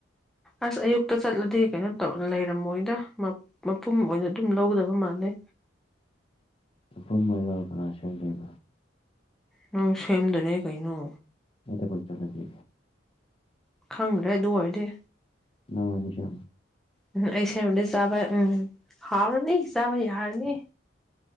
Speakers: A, in the centre; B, on the left (about 30°).
A: ꯑꯁ ꯑꯌꯨꯛꯇ ꯆꯠꯂꯗꯤ ꯀꯩꯅꯣ ꯇꯧ ꯂꯩꯔꯝꯃꯣꯏꯗ ꯃ ꯃꯄꯨꯝ ꯑꯣꯏꯅ ꯑꯗꯨꯝ ꯂꯧꯗꯕ ꯃꯥꯜꯂꯦ ꯃꯥꯂꯦ
B: ꯑꯗꯨꯝ ꯃꯥꯢꯅ ꯀꯅꯥ ꯁꯦꯝꯗꯣꯢꯅꯣ
A: ꯅꯪ ꯁꯦꯝꯗꯨꯅꯦ ꯀꯩꯅꯣ
B: ꯑꯩ ꯊꯕꯛ ꯆꯠꯂꯗꯤ
A: ꯈꯪꯗ꯭ꯔꯦ ꯑꯗꯨ ꯑꯣꯏꯔꯗꯤ
B: ꯅꯪ ꯑꯅꯤ ꯁꯦꯝꯃꯣ
A: ꯎꯝ ꯑꯩ ꯁꯦꯝꯃꯗꯤ ꯆꯥꯕ ꯎꯝ ꯍꯥꯎꯔꯅꯤ ꯆꯥꯕ ꯌꯥꯔꯅꯤ